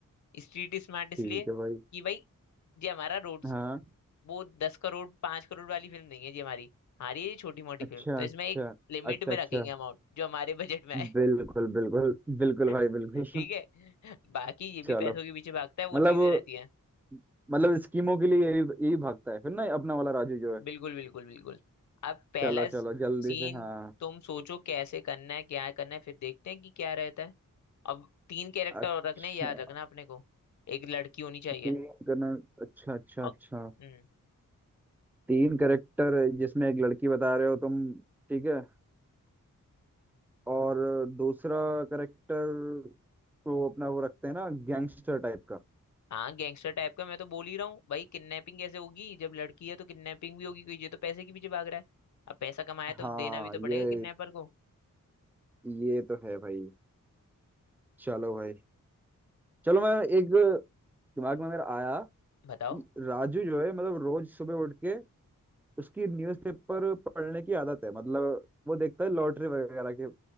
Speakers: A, on the left; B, in the centre.
A: स्ट्रीट स्मार्ट इसलिए
B: ठीक
A: कि
B: है भाई
A: भाई ये हमारा रोड
B: हाँ
A: वो दस करोड़ पांच करोड़ वाली फिल्म नहीं है जी हमारी हमारी ये छोटी मोटी
B: अच्छा
A: फिल्म तो
B: अच्छा
A: इसमें एक लिमिट
B: अच्छा
A: में
B: अच्छा
A: रखेंगे अमाउंट जो हमारे बजट में आए
B: बिल्कुल बिल्कुल बिल्कुल
A: <laughs>
B: भाई बिल्कुल
A: ठीक है बाकी ये
B: <laughs>
A: भी
B: चलो
A: पैसों के पीछे भागता है वो
B: मतलब
A: चीजें रहती हैं
B: मतलब स्कीमों के लिए यही यही भागता है फिर ना अपना वाला राजू जो है
A: बिल्कुल बिल्कुल बिल्कुल अब पहला
B: चलो चलो जल्दी
A: सीन
B: से हाँ
A: तुम सोचो कैसे करना है क्या करना है फिर देखते हैं कि क्या रहता है अब तीन कैरेक्टर
B: अच्छा
A: और रखने हैं, याद रखना अपने को एक लड़की होनी चाहिए
B: तीन करना अच्छा अच्छा
A: और
B: अच्छा
A: हम्म
B: तीन करेक्टर जिसमें एक लड़की बता रहे हो तुम ठीक है और दूसरा करेक्टर तो अपना वो रखते हैं ना गैंगस्टर टाइप का
A: हाँ गैंगस्टर टाइप का मैं तो बोल ही रहा हूँ भाई किडनैपिंग कैसे होगी जब लड़की है तो किडनैपिंग भी होगी क्योंकि ये तो पैसे के पीछे भाग रहा है अब पैसा कमाया तो
B: हाँ
A: देना भी तो
B: ये
A: पड़ेगा किडनैपर को
B: ये तो है भाई चलो भाई चलो मैं एक दिमाग में मेरा आया
A: बताओ
B: कि राजू जो है मतलब रोज सुबह उठ के उसकी न्यूज़पेपर पढ़ने की आदत है मतलब वो देखता है लॉटरी वगैरह के